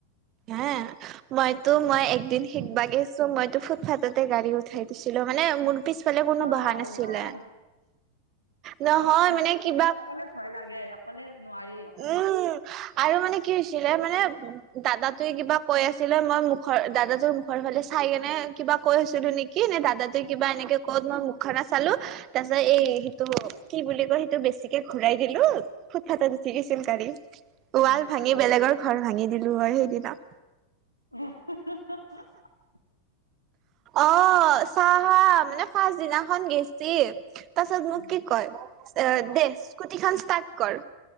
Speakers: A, on the right (about 35°); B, on the left (about 80°).
A: হা মইতো মই একদিন শিকবা
B: উম
A: গে ছোঁ মইতো ফুটফাথতে গাড়ী উঠাই দিছিলো, মানে মোৰ পিছফালে কোনো
B: ৱাও
A: বহা নাছিলে,
B: ৱাও
A: নহয়
B: অ ন
A: মানে
B: অকলে
A: কিবা
B: অকলে ভয় লাগে অকলে নোৱাৰি অকলে।
A: উম আৰু মানে কি হৈছিলে মানে দাদাটোৱে কিবা কৈ আছিলে মই মুখৰ দাদাটোৰ মুখৰ ফালে চাই কেনে কিবা কৈ ছিলো নেকি নে দাদা তে কিবা এনেকে ক'ত মই মুখ খনো চালো। তাৰ পিছত এই সিটো কি বুলি কয় সিটো বেছিকে ঘূৰাই দিলো ফুট ফাটত উঠিগিছিল গাড়ী
B: উম
A: ৱাল ভাঙি
B: আৰে
A: বেলেগৰ ঘৰ ভাঙি দিলো হয় সেইদিনা।
B: অ'। <unintelligible>
A: অ', চা হা মানে ফাৰ্ষ্ট দিনাখন গেইছিল। তাৰপিছত মোক
B: উম
A: কি কয়, দে স্কুটি খান ষ্টাৰ্ট কৰ।